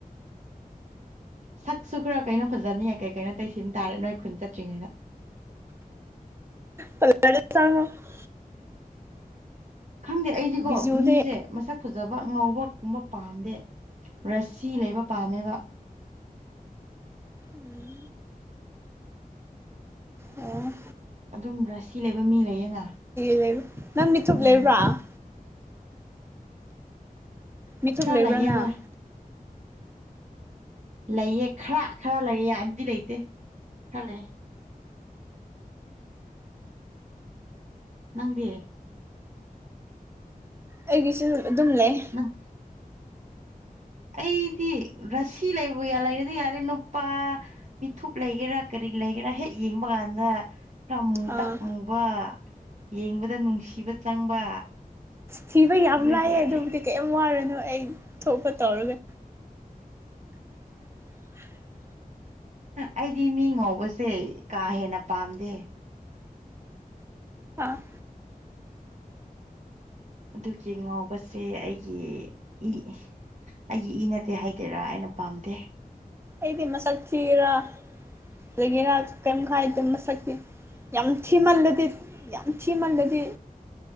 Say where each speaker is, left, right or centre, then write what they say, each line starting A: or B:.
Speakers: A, on the right; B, on the right.
A: ꯁꯛꯁꯨ ꯈꯔ ꯀꯩꯅꯣ ꯐꯖꯅꯤ ꯌꯥꯏ ꯀꯩ ꯀꯩꯅꯣ ꯇꯩꯁꯤꯟ ꯇꯔꯦ ꯅꯣꯏ ꯈꯨꯟ ꯆꯠꯇ꯭ꯔꯤꯉꯩꯗ
B: ꯄ <unintelligible> ꯁꯉ <unintelligible>
A: ꯈꯪꯗꯦ ꯑꯩꯗꯤꯀꯣ
B: ꯕꯤꯖꯨꯗ
A: ꯃꯤꯁꯦ ꯃꯁꯛ ꯐꯖꯕ ꯉꯧꯕꯒꯨꯝꯕ ꯄꯥꯝꯗꯦ ꯔꯥꯁꯤ ꯂꯩꯕ ꯄꯥꯝꯃꯦꯕ
B: ꯎꯝ ꯑꯣ
A: ꯑꯗꯨꯝ ꯔꯥꯁꯤ ꯂꯩꯕ ꯃꯤ ꯂꯩꯌꯦꯅ
B: ꯂꯩꯕ ꯅꯪ ꯃꯤꯊꯨꯞ
A: ꯑꯗꯨꯒꯨꯝꯕꯗ
B: ꯂꯩꯕ꯭ꯔꯥ ꯃꯤꯊꯣꯞ
A: ꯈꯔ
B: ꯂꯩꯕ꯭ꯔꯥ
A: ꯂꯩꯌꯦ
B: ꯅꯪ
A: ꯍꯣꯏ ꯂꯩꯌꯦ ꯈꯔ ꯈꯔ ꯂꯩꯑ ꯌꯥꯝꯗꯤ ꯂꯩꯇꯦ ꯈꯔ ꯂꯩꯑ ꯅꯪꯗꯤ
B: ꯑꯩꯒꯤꯁꯨ ꯑꯗꯨꯝ ꯂꯩ
A: ꯑ <unintelligible> ꯑꯩꯗꯤ ꯔꯥꯁꯤ ꯂꯩꯕꯨ ꯂꯩꯔꯗꯤ ꯌꯥꯔꯦ ꯅꯨꯄꯥ ꯃꯤꯊꯨꯞ ꯂꯩꯒꯦꯔꯥ ꯀꯔꯤ ꯂꯩꯒꯦꯔꯥ ꯍꯦꯛ ꯌꯦꯡꯕ ꯀꯥꯟꯗ ꯈꯔ ꯃꯨꯇꯛ
B: ꯑꯥ
A: ꯃꯨꯕ ꯌꯦꯡꯕꯗ ꯅꯨꯡꯁꯤꯕ ꯆꯪꯕ
B: ꯊꯤꯕ ꯌꯥꯝ
A: ꯑꯗꯨ ꯑꯣꯏꯗꯤ
B: ꯂꯥꯏꯑꯦ
A: ꯌꯥꯔꯦ
B: ꯑꯗꯨꯕꯨꯗꯤ ꯀꯩ ꯋꯥꯔꯨꯅꯨ ꯑꯩ ꯊꯣꯛꯄ ꯇꯧꯔꯒ <unintelligible>
A: ꯑꯩꯗꯤ ꯃꯤ ꯉꯧꯕꯁꯦ ꯀꯥ ꯍꯦꯟꯅ ꯄꯥꯝꯗꯦ
B: ꯑ
A: ꯑꯗꯨꯒꯤ ꯉꯥꯎꯕꯁꯦ ꯑꯩꯒꯤ ꯏ ꯑꯩꯒꯤ ꯏ ꯅꯠꯇꯦ ꯍꯥꯏꯗꯦꯔꯥ ꯑꯩꯅ ꯄꯥꯝꯗꯦ
B: ꯑꯩꯗꯤ ꯃꯁꯛ ꯊꯤꯒꯦꯔꯥ ꯐꯖꯥꯒꯤꯔꯥ ꯀꯩꯝ ꯈꯥꯏꯗꯦ ꯃꯁꯛꯇꯤ ꯌꯥꯝ ꯊꯤꯃꯜꯂꯗꯤ ꯌꯥꯝ ꯊꯤꯃꯜꯂꯗꯤ